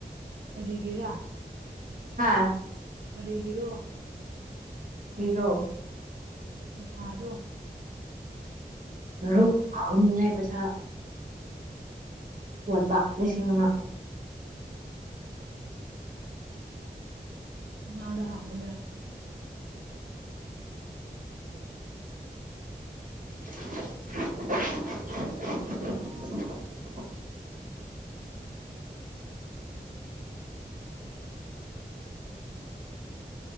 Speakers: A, on the right; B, on the right.
A: ꯀꯔꯤꯒꯤꯔꯥ
B: ꯍꯥꯥ
A: ꯀꯔꯤꯒꯤꯔꯣ
B: ꯏꯔꯣ
A: ꯄꯩꯁꯥꯗꯣ
B: ꯃꯔꯨꯞ ꯍꯨꯟꯅꯤꯡꯉꯥꯏ ꯄꯩꯁꯥ ꯋꯥꯠꯄ ꯂꯤꯁꯤꯡ ꯑꯃ
A: ꯃꯥꯗ ꯍꯪꯉꯨꯅꯦ
B: <unintelligible>